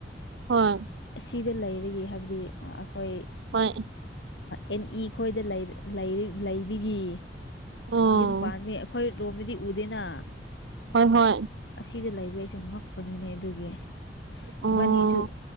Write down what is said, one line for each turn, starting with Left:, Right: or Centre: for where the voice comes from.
Right: ꯍꯣꯏ
Left: ꯑꯁꯤꯗ ꯂꯩꯔꯤꯒꯤ ꯍꯥꯏꯕꯗꯤ ꯑꯩꯈꯣꯏ
Right: ꯍꯣꯏ
Left: ꯑꯦꯟ ꯏ ꯈꯣꯏꯗ ꯂꯩꯕꯤꯒꯤ
Right: ꯑꯣ
Left: ꯌꯨꯝ ꯄꯥꯝꯃꯤ ꯑꯩꯈꯣꯏ ꯔꯣꯝꯗꯗꯤ ꯎꯗꯦꯅ
Right: ꯍꯣꯏ ꯍꯣꯏ
Left: ꯑꯁꯤꯗ ꯂꯩꯕ ꯑꯩꯁꯨ ꯉꯛꯄꯅꯤꯅꯦ ꯑꯗꯨꯒꯤ
Right: ꯑꯣ
Left: ꯏꯕꯥꯅꯤꯁꯨ